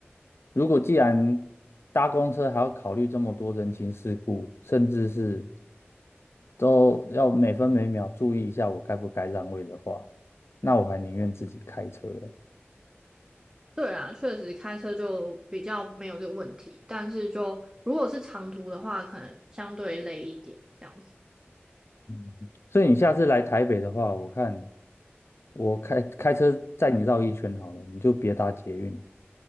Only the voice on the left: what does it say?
如果既然搭公车还要考虑这么多人情世故，甚至是都要每分每秒注意一下我该不该让位的话，那我还宁愿自己开车了
嗯所以你下次来台北的话，我看我开开车载你绕一圈好了，你就别搭捷运，